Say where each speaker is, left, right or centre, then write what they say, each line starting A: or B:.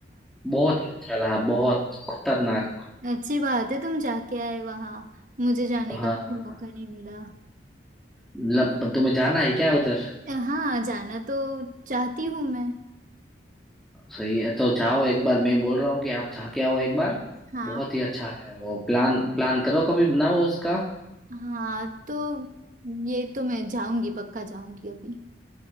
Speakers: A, in the centre; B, on the right.
A: बहुत ही अच्छा रहा बहुत खतरनाक
B: हाँ अच्छी बात है तुम जाके आए वहाँ मुझे जाने
A: हाँ
B: का कभी मौका नहीं मिला
A: मतलब तुम्हें जाना है क्या उधर
B: हाँ जाना तो चाहती हूँ मैं
A: सही है तो जाओ एक बार मैं बोल रहा हूँ कि आप जाके आओ एक बार
B: हाँ
A: बहुत ही अच्छा है वो प्लान प्लान करो कभी बनाओ उसका
B: हाँ तो ये तो मैं जाऊंगी पक्का जाऊंगी अभी